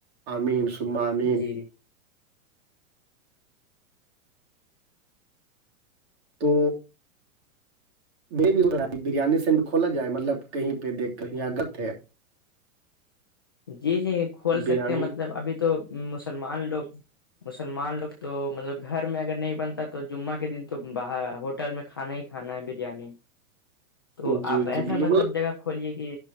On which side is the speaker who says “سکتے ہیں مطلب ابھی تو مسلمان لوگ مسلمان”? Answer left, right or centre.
Left